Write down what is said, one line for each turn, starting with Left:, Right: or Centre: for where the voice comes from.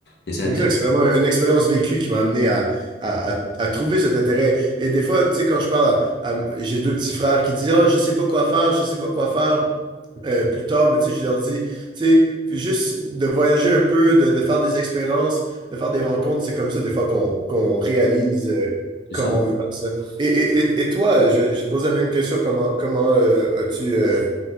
Left: Et c'est
Right: Exact,
Left: intéressant.
Right: c'est vraiment une expérience vécue qui m'a amené à, à- à- à trouver cet intérêt. Et des fois, tu sais, quand je parle à, à- j'ai deux petits frères qui disent, Ah, je sais pas quoi faire, je sais pas quoi faire. euh, plus tard, mais tu sais, je leur dis, tu sais, puis juste de voyager un peu, de, de faire des expériences, de faire des rencontres, c'est comme ça des fois qu'on qu'on réalise euh,
Left: c'est
Right: comment
Left: ça.
Right: on veut faire ça. Et, et, et, et toi, je vais, je vais te poser la même question, comment, comment euh, as-tu euh,